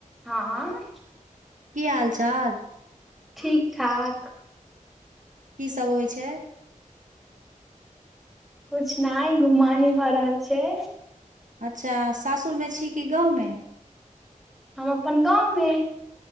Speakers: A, in the centre; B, on the right.
A: आंय
B: की हाल चाल
A: ठीक ठाक
B: की सब होइ छै।
A: कुछ नाइ घुमानी भऽ रहल छै।
B: अच्छा सासुरमे छी कि गाँवमे?
A: हम अपन गाँवमे।